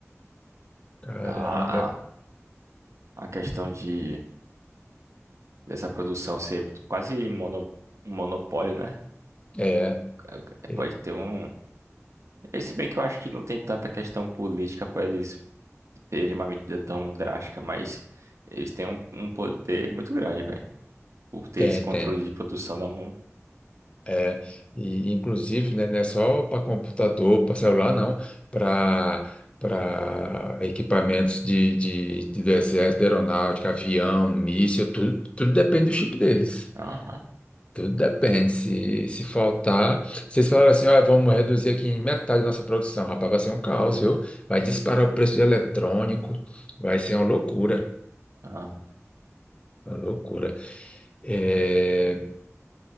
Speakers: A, on the left; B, on the right.
A: Caramba.
B: A, a questão de, dessa produção ser quase mono, um monopólio, né?
A: É,
B: É, é,
A: é,
B: Pode ter um. Se bem que eu acho que não tem tanta questão política para eles terem uma medida tão drástica, mas eles têm um, um poder muito grande, velho, por ter
A: tem,
B: esse controle
A: tem.
B: de produção da mão.
A: É, e inclusive, né, não é só para computador, para celular, não, para para equipamentos de, de, de do exército, de aeronáutica, avião, míssil, tudo, tudo depende do chip deles.
B: Aham,
A: Tudo depende. Se, se faltar, se eles falarem assim, olha, vamos reduzir aqui em metade a nossa produção, rapaz, vai ser um caos, viu? Vai disparar o preço de eletrônico, vai ser uma loucura.
B: aham.
A: Uma loucura. É,